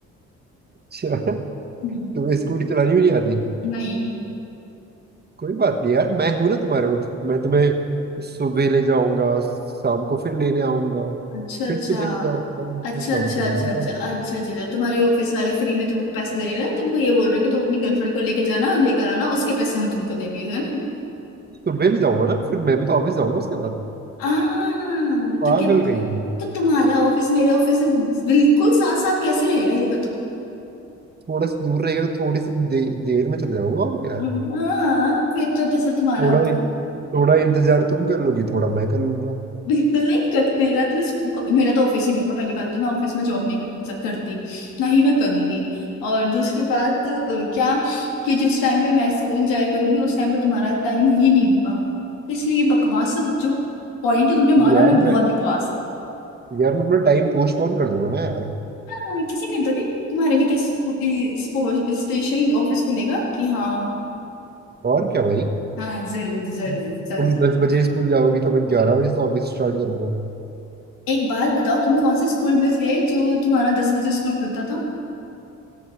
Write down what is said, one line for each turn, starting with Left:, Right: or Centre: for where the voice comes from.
Right: अच्छा
Left: हम्म,
Right: तुम्हें स्कूटी चलानी भी नहीं आती
Left: नहीं
Right: कोई बात नहीं यार मैं हूं ना तुम्हारे वो- मैं तुम्हें सुबह ले जाऊंगा शाम को फिर लेने आऊंगा
Left: अच्छा अच्छा
Right: फिर सुबह ले जाऊंगा
Left: अच्छा
Right: फिर शाम
Left: अच्छा
Right: को लेने
Left: अच्छा अच्छा
Right: आऊंगा
Left: अच्छा अच्छा अच्छा। तुम्हारे ऑफिस वाले फ्री में तुमको पैसे दे रहे हैं ना? तुमको ये बोल रहे हैं कि तुम अपनी गर्लफ्रेंड को लेके जाना और लेकर आना उसके पैसे हम तुमको देंगे है ना
Right: तो मैं भी जाऊंगा ना फिर मैं भी तो ऑफिस जाऊंगा उसके बाद
Left: आह,
Right: पागल
Left: तो क्या
Right: रहेगी
Left: तो तुम्हारा ऑफिस मेरे ऑफिस से बिल्कुल साथ साथ कैसे रहेगा ये बताओ
Right: थोड़ा सा दूर रहेगा तो थोड़ी सी दे, देर में चले जाऊंगा और क्या है
Left: हम्म, हाँ फिर तो जैसे तुम्हारा
Right: थोड़ा थोड़ा इंतजार तुम कर लोगी थोड़ा मैं कर लूंगा
Left: बिल्कुल नहीं कर मेरा तो इस- मेरा तो ऑफिस ही नहीं होगा पहली बात तो मैं ऑफिस में जॉब नहीं कर, सक- करती ना ही मैं करूंगी और दूसरी बात अ, क्या कि जिस टाइम पे मैं स्कूल जाया करूंगी उस टाइम पे तुम्हारा टाइम ही नहीं होगा इसलिए ये बकवास सब जो पॉइंट तुमने मारा
Right: यार
Left: ना बहुत
Right: मैं
Left: बकवास है।
Right: यार मैं अपना टाइम पोस्टपोन कर दूंगा ना यार
Left: मैंने किसी के दोगे तुम्हारे लिए क्या स्पेशल ऑफिस खुलेगा कि हाँ
Right: और क्या भाई
Left: हाँ जरूर जरूर
Right: तुम
Left: जरूर
Right: दस बजे स्कूल जाओगी तो मैं ग्यारह बजे से ऑफिस स्टार्ट करूंगा
Left: एक बात बताओ तुम कौन से स्कूल में थे जो तुम्हारा दस बजे स्कूल खुलता था